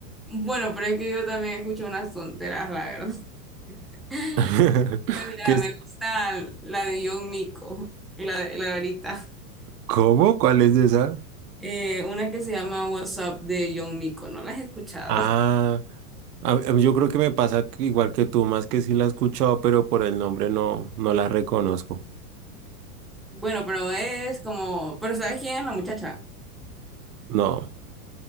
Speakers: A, in the centre; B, on the right.
A: bueno, pero es que yo también escucho unas tonteras, la verdad. <laughs>
B: <laughs>
A: Pues mira,
B: ¿Qué es?
A: me gusta la de John Mico, la de, la de ahorita.
B: ¿Cómo? ¿Cuál es esa?
A: Eh, una que se llama What's Up de John Mico, ¿no la has escuchado?
B: Ah, a- a- yo creo que me pasa que igual que tú, más que sí la he escuchado, pero por el nombre no, no la reconozco.
A: Bueno, pero es como, pero ¿sabes quién es la muchacha?
B: No.